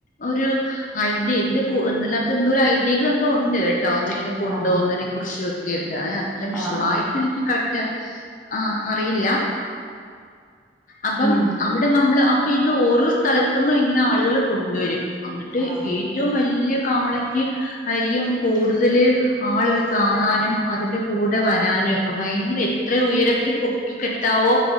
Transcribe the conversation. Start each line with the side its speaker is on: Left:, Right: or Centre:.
Left: ഒരു <unintelligible> എന്റെല്ലാത്ത എന്തോ ഒരു <unintelligible> എന്തോ ഉണ്ട് അതിങ്ങനെ കൊണ്ടുപോവുന്നതിനെ
Centre: ഓ അങ്ങനെ
Left: കുറിച്ച ഒക്കെ ആയിട്ട് അത്ര വിശദമായിട്ട്
Centre: ആ ആ
Left: എനിക്ക് കറക്റ്റ് ആഹ അറിയില്ല അപ്പം
Centre: ഉം
Left: അവിടെ നമ്മള് അപ്പൊ ഇത് ഓരോ സ്ഥലത്തുന്നും ഇങ്ങനെ ആളുകൾ കൊണ്ടുവരും എന്നിട്ട്
Centre: ആ
Left: ഏറ്റവും വലി യ കാളക്ക് ആയിരിക്കും കൂടുതൽ ആളുകൾ കാണാനും അതിന്റെ കൂടെ വരാ നോക്കെ ഭയങ്കര എത്ര ഉയരത്തിൽ പൊക്കി കെട്ടാവോ